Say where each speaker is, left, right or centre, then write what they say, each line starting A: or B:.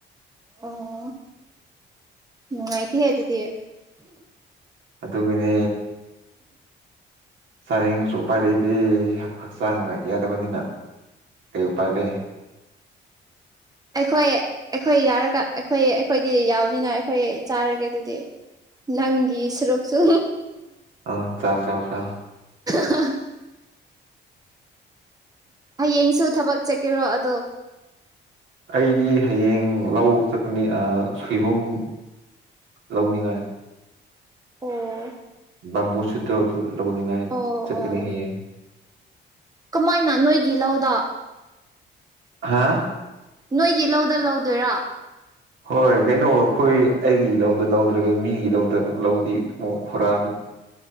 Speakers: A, on the right (about 20°); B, on the right (about 70°).
A: ꯑꯣ ꯅꯨꯡꯉꯥꯏꯇ ꯍꯥꯏ ꯑꯗꯨꯗꯤ
B: ꯑꯗꯨꯗ ꯃꯤꯅꯦ ꯆꯥꯅꯤꯡꯉꯁꯨ ꯎꯄꯥꯏ ꯂꯩꯇꯦꯛ ꯍꯛꯆꯥꯡ ꯌꯥꯗꯕꯅꯤꯅ ꯑꯩ ꯄꯥꯏ ꯂꯩ
A: ꯑꯩꯈꯣꯏ ꯑꯩꯈꯣꯏ ꯌꯥꯔꯒ ꯑꯩꯈꯣꯏ ꯑꯩꯈꯣꯏꯗꯤ ꯌꯥꯕꯅꯤꯅ ꯑꯩꯈꯣꯏ ꯆꯥꯔꯒꯦ ꯑꯗꯨꯗꯤ ꯅꯪꯒꯤ ꯁꯔꯣꯛꯛꯁꯨ
B: ꯑ ꯆ ꯐꯥꯎ ꯀ
A: ꯑ ꯍꯌꯦꯡꯁꯨ ꯊꯕꯛ ꯆꯠꯀꯦꯔꯣ ꯑꯗꯣ
B: ꯑꯩꯗꯤ ꯍꯌꯦꯡ ꯂꯧ ꯆꯠꯄꯅꯤ ꯁꯣꯏꯕꯨꯝ ꯂꯧꯅꯤꯡꯉꯥꯏ
A: ꯑꯣ
B: ꯅꯝꯕꯨ ꯁꯤꯗ ꯑꯗꯨ ꯂꯧꯅꯤꯡꯉꯥꯏ
A: ꯑꯣ
B: ꯆꯠꯀꯅꯤ
A: ꯑꯣ
B: ꯍꯥꯏꯌꯦ
A: ꯀꯃꯥꯏꯅ ꯅꯣꯏꯒꯤ ꯂꯧꯗ
B: ꯍꯥꯥ
A: ꯅꯣꯏꯒꯤ ꯂꯧꯗ ꯂꯧꯗꯣꯏꯔꯥ
B: ꯍꯣꯏ ꯀꯩꯅꯣ ꯑꯩꯈꯣꯏ ꯑꯩꯒꯤ ꯂꯧꯗ ꯂꯧꯗ꯭ꯔꯒ ꯃꯤꯒꯤ ꯂꯧꯗ ꯑꯃꯨꯛ ꯂꯧꯗꯤ ꯑꯃꯨꯛ ꯍꯨꯔꯅ